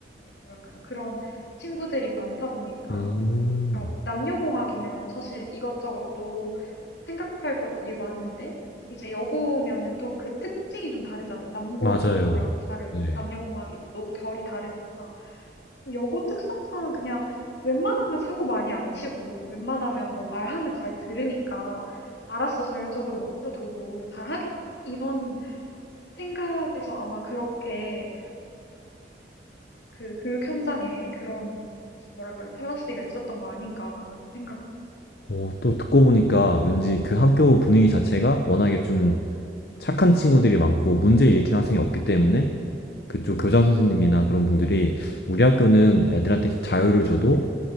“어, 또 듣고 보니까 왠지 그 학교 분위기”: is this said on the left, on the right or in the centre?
Left